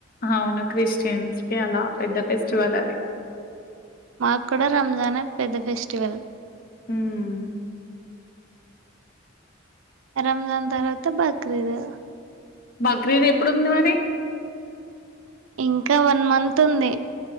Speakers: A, on the left; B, on the right.
A: అవును క్రిస్టియన్స్ కి అలా పెద్ద ఫెస్టివల్ అది
B: మాకూడ రంజాన్ ఏ పెద్ద ఫెస్టివల్
A: మ్మ్
B: రంజాన్ తర్వాత బక్రీదు
A: బక్రీద్ ఎప్పుడుంది మరి
B: ఇంకా వన్ మంత్ ఉంది.